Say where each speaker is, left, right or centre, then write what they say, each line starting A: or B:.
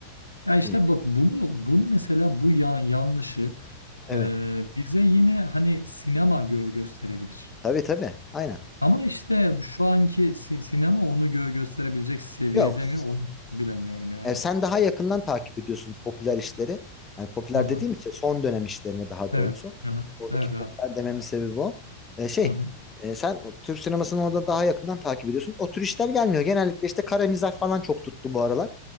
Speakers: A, on the left; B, on the left.
A: Ya işte
B: Hani
A: bak bunu bunu mesela bu ya- yanlışı
B: evet
A: e, bize yine hani sinema gö gösterebilir.
B: tabii tabii aynen.
A: Ama işte şu anki si- sinema onu gö gösterebilecek seviyede
B: Yok
A: mi onu bilemiyorum yani.
B: E, sen daha yakından takip ediyorsun popüler işleri. Yani popüler
A: Hı hı.
B: dediğim işte son dönem işlerini daha doğrusu.
A: Evet. Hı hı.
B: Buradaki
A: Evet
B: popüler
A: abi.
B: dememin sebebi o. E, şey,
A: Hı hı.
B: e, sen Türk sinemasını orada daha yakından takip ediyorsun. O tür işler gelmiyor. Genellikle işte kara mizah falan çok tuttu bu aralar.